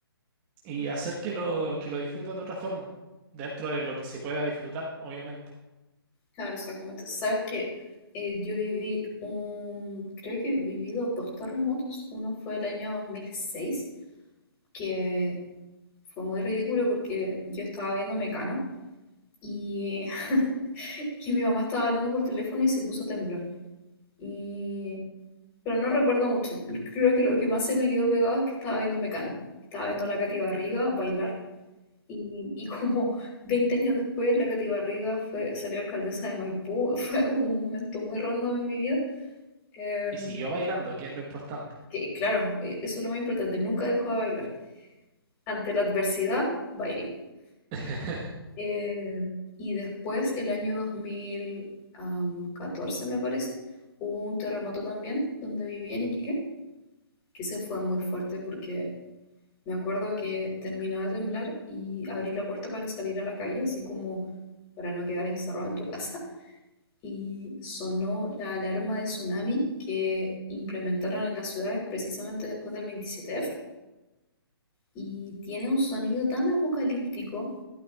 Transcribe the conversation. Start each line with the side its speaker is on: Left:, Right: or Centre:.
Right: y hacer que lo, que lo disfrutes de otra forma, dentro de lo que se pueda disfrutar, obviamente.
Left: Claro, exactamente. Sabes que yo viví un, creo que he vivido dos terremotos. Uno fue el año 2006 que fue muy ridículo porque yo estaba viendo Mecano y, <laughs> y mi mamá estaba hablando por teléfono y se puso a temblar. Y, pero no recuerdo mucho. Creo que lo que más se me quedó pegado es que estaba viendo Mecano. Estaba viendo a la Katy Barriga bailar. Y, y como <laughs> 20 años después, la Katy Barriga fue, salió alcaldesa de Maipú. <laughs> Fue un momento muy random en mi vida. em,
Right: Y siguió bailando, que es lo importante.
Left: que claro, e- eso es lo más importante. Nunca dejó de bailar. Ante la adversidad, baile.
Right: <laughs>
Left: Eh, y después, el año dos mil catorce me parece, hubo un terremoto también donde viví en Iquique, que se fue muy fuerte porque me acuerdo que terminó de temblar y abrí la puerta para salir a la calle, así como para no quedar encerrado en tu casa. Y sonó la alarma de tsunami que implementaron en las ciudades precisamente después del 27F. Y tiene un sonido tan apocalíptico